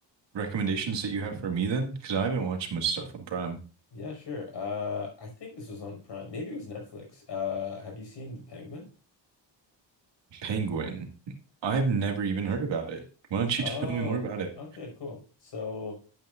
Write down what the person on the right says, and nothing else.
recommendations that you have for me then? Because I haven't watched much stuff on Prime.
Penguin. I've never even heard about it. Why don't
you tell me more about it?